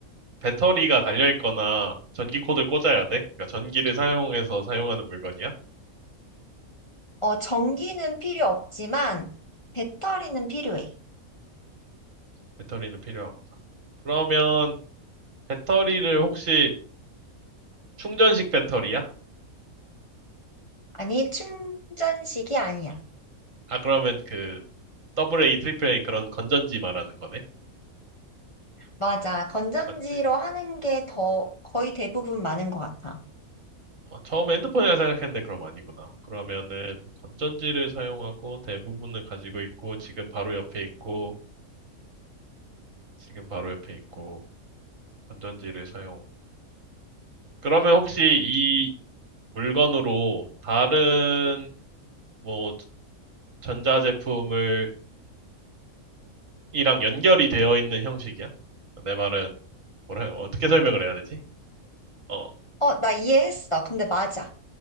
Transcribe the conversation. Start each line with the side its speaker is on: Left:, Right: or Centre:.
Right: 배터리가 달려 있거나 전기 코드를 꽂아야 돼? 그러니까 전기를 사용해서 사용하는 물건이야?
Left: 어, 전기는 필요 없지만 배터리는 필요해.
Right: 배터리는 필요하구나. 그러면 배터리를 혹시 충전식 배터리야?
Left: 아니, 충전식이 아니야.
Right: 아, 그러면 그 AA, AAA 그런 건전지 말하는 거네?
Left: 맞아. 건전지로
Right: 맞지?
Left: 하는 게 더 거의 대부분 많은 것 같아.
Right: 어, 처음에 핸드폰이라 생각했는데 그럼 아니구나. 그러면은 건전지를 사용하고 대부분은 가지고 있고 지금 바로 옆에 있고 지금 바로 옆에 있고 건전지를 사용. 그러면 혹시 이 물건으로 다른 뭐 전자제품을 이랑 연결이 되어 있는 형식이야? 내 말은 뭐라 어떻게 설명을 해야 되지? 어,
Left: 어, 나 이해했어. 근데 맞아.